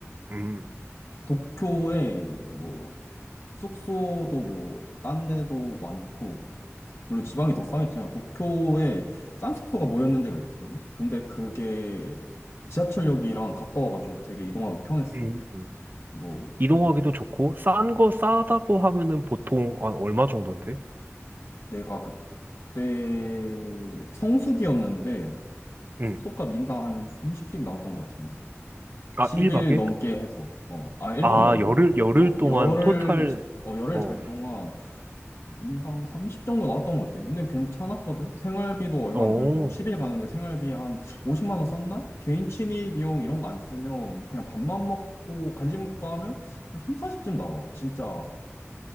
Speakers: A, on the right; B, on the left.
A: 음,
B: 도쿄에 뭐, 숙소도 뭐, 싼 데도 많고, 물론 지방이 더 싸겠지만, 도쿄에 싼 숙소가 모였는 데가 있거든? 근데 그게 지하철역이랑 가까워가지고 되게 이동하기 편했어.
A: 음.
B: 뭐,
A: 이동하기도 좋고 싼 거 싸다고 하면은 보통 한 얼마 정도인데?
B: 내가 그때 성수기였는데
A: 응.
B: 숙소값 인당 한 30씩 나왔던 것 같은데?
A: 아,
B: 10일
A: 1박에?
B: 넘게 해서, 어, 아, 1박
A: 아,
B: 말고,
A: 열흘, 열흘
B: 어,
A: 동안
B: 열흘,
A: 토탈,
B: 어, 열흘
A: 어,
B: 잘 동안 인당 30 정도 나왔던 것 같아. 근데 괜찮았거든? 생활비도 얼마
A: 어.
B: 안 들고, 10일 가는데 생활비 한 50만 원 썼나? 개인 취미 비용 이런 거 안 쓰면 그냥 밥만 먹고 간식 먹고 하면 한 3, 40쯤 나와. 진짜